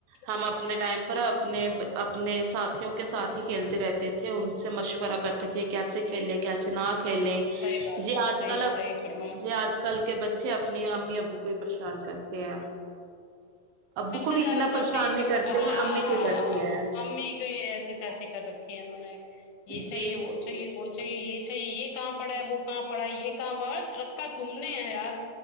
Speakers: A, on the right; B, on the left.
A: ہم
B: <inaudible>
A: اپنے ٹائم اپنے اپنے ساتھیوں کے ساتھ ہی کھیلتے رہتے تھے ان سے مشورہ کرتے تھے <unintelligible> کیسے کھیلے کیسے نہ کھیلے
B: صحیح بات
A: یہ
B: ہے
A: آج
B: صحیح
A: کل ا
B: صحیح فرمایا
A: ج آج کل کے ب <unintelligible> پچھے اپنی امی ابو کوئی پریشان کرتے ہیں <unintelligible> ابو
B: سب
A: کو
B: سے
A: بھی
B: زیادہ
A: اتنا
B: تو
A: پریشان
B: اپنی
A: نہیں کرتے
B: ہاں
A: ہیں امی کو ہی کرتے ہیں
B: امی کو ایسی تسی کر رکھی ہے انہوں نے یہ چاہیے
A: جی جی
B: وہ
A: جی
B: چاہیے وہ چاہیے یہ چاہیے یہ <inaudible> <inaudible> کہاں پڑا ہے وہ کہاں پڑا ہے یہ کہاں رکھا تم نے ہے یار